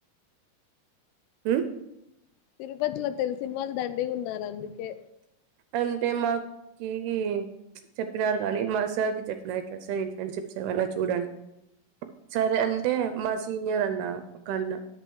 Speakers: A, on the right; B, on the left.
A: మ్మ్
B: తిరుపతిలో తెలిసిని వాళ్ళు దండిగా ఉన్నారు అందుకే
A: అంటే మాకి చెప్పినారు కాగానీ మా సార్కి చెప్పినారు ఎట్లా సార్ ఇంటర్న్షిప్స్ ఏమైనా చూడండి సరే అంటే మా సీనియర్ అన్న ఒకన్న